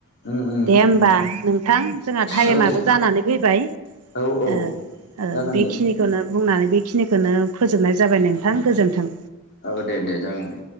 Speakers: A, on the left; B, on the right.
A: उम उम
B: दे होमबा
A: उम
B: नोंथां जोंहा थाएमाबो
A: औ
B: जानानै फैबाय।
A: औ औ
B: ओ ओ
A: जागोन
B: बेखिनिखौनो
A: दे दे।
B: बुंनानै बेखिनिखोनो फोजोबनाय जाबाय नोंथां गोजोन्थों।
A: ओ दे-दे जागोन दे।